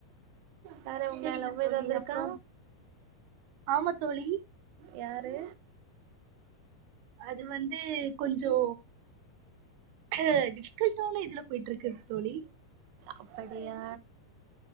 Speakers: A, on the right (about 70°); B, on the right (about 90°).
A: வேற உங்க
B: செரிங்க
A: லவ்
B: தோழி
A: ஏதாது இருக்கா
B: அப்றோ ஆமா தோழி
A: யாரு
B: அது வந்து கொஞ்சோ <unintelligible> இதுல போயிட்டுருக்குத் தோழி
A: அப்படியா